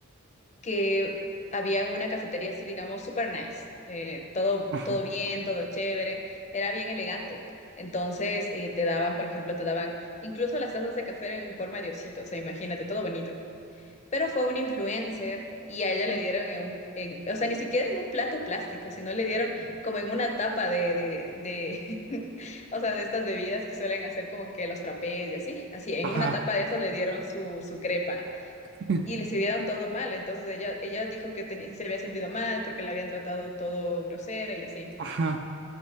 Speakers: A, on the left; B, on the right.
A: que había una cafetería así, digamos, super nice. eh, todo,
B: Ajá,
A: todo bien, todo chévere, era bien elegante. Entonces eh, te daban, por ejemplo, te daban incluso las tazas de café en forma de osito, o sea, imagínate, todo bonito. Pero fue un influencer y a ella le dieron en un, en- o sea, ni siquiera en un plato plástico, sino le dieron como en una tapa de, de, de, <laughs> o sea, de estas bebidas que suelen hacer como que los frappés y así, así, en
B: ajá,
A: una tapa de esas le dieron su, su crepa
B: <laughs>
A: y le sirvieron todo mal. Entonces ella, ella dijo que tenía- se había sentido mal porque la habían tratado todo grosera y así.
B: ajá.